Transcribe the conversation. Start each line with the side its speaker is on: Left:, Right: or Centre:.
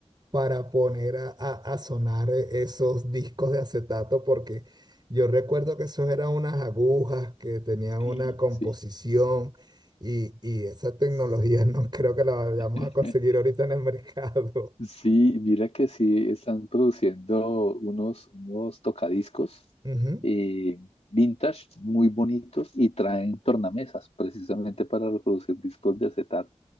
Right: para poner a, a- a sonar esos discos de acetato, porque yo recuerdo que esos eran unas agujas que tenían
Left: Sí,
Right: una composición
Left: sí,
Right: y, y esa tecnología
Left: sí.
Right: <laughs> no creo que la vayamos
Left: <laughs>
Right: a conseguir ahorita en el mercado.
Left: Sí, mira que sí están produciendo unos, unos tocadiscos
Right: Ujú.
Left: eh, vintage muy bonitos y traen tornamesas precisamente para reproducir discos de acetato.